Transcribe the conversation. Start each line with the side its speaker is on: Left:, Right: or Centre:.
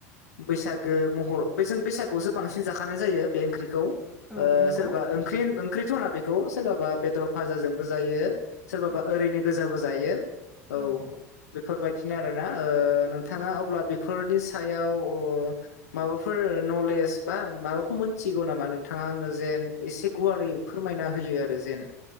Left: बैसागो महर बे जों बैसागुआवसो बांसिन जाखानाय जायो बे ओंख्रिखौ।
Centre: औ
Left: ओ
Centre: नंगौ
Left: सोरबा ओंख्रि ओंख्रिथ' होना बेखौ सोरबाबा बेदर भाजाजोंबो जायो। सोरबाबा
Centre: औ
Left: ओरैनो गोजाबो जायो
Centre: नंगौ
Left: औ बेफोरबायदिनो आरोना ओ थाङा
Centre: औ
Left: अब्ला बेफोरनि सायाव ओ माबाफोर नलेज बा माबाफोर मोनथिगौ नामा नोंथाङा आंनो जेन एसे गुवारै फोरमायना होयो आरो जेन।